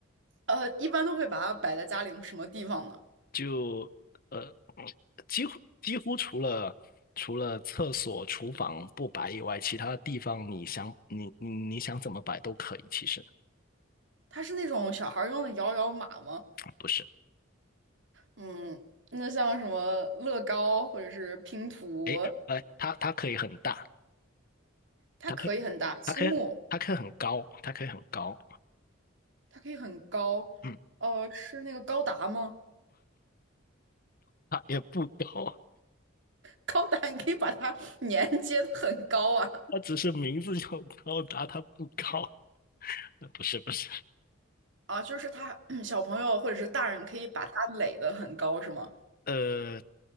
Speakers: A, on the right; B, on the left.
A: 呃，一般都会把它摆在家里什么地方呢？
B: 就呃，几乎几乎除了除了厕所、厨房不摆以外，其他地方你想你你你想怎么摆都可以。其实
A: 它是那种小孩儿用的摇摇马吗？
B: 不是，
A: 嗯，那像什么乐高或者是拼图，
B: 哎哎，它它可以很大，
A: 它可以很大，
B: 它可以
A: 积木
B: 它可以它可以很高，它可以很高，
A: 它可以很高，
B: 嗯，
A: 呃，是那个高达吗？
B: 它也不高，
A: 高达你可以把它连接的很高啊
B: 它只是名字叫高达，它不高。<laughs> 不是不是，
A: 啊，就是他小朋友或者是大人可以把它垒的很高是吗？
B: <clears throat> 呃，